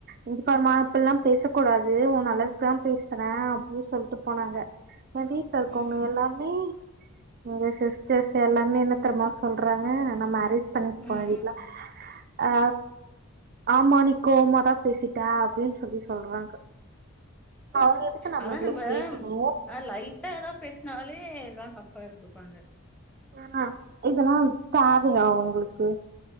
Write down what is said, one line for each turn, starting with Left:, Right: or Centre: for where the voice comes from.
Right: இங்க பாருமா இப்ப எல்லாம் பேச கூடாது உன் நல்லதுக்குதான் பேசுறேன் அப்படின்னு சொல்டு போனாங்க என் வீட்ல இருக்கோங்க
Centre: ம்,
Right: எல்லாமே உங்க சிஸ்டர்ஸ் எல்லாமே என்னத் தெரிமா சொல்றாங்க நா மேரேஜ் பண்ணிக்க
Centre: ம்.
Right: போற வீட்ல அ ஆமா நீ கோவமாதா பேசிட்டே அப்டின்னு சொல்லி சொல்றாங்க அவங்க எதுக்கு
Centre: அதா
Right: இதுல
Centre: நம்ம
Right: கேக்கணு
Centre: ஆ லைட்டா ஏதாவ பேசினாலே தா தப்பா எடுத்துப்பாங்க
Right: ஆ இதெல்லா தேவையா உங்ளுக்கு